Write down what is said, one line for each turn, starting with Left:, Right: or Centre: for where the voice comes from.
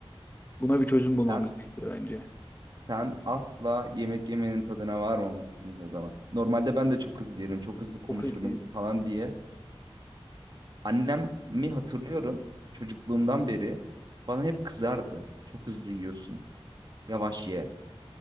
Left: Buna bir çözüm bulmam
Right: Sen
Left: gerekiyor bence.
Right: sen asla yemek yemenin tadına varmamışsın o zaman. Normalde ben de çok hızlı yerim, çok hızlı konuşurum
Left: Çok hızlı yiyorum.
Right: falan diye. Annemi hatırlıyorum çocukluğumdan beri bana hep kızardı. Çok hızlı yiyorsun. Yavaş ye.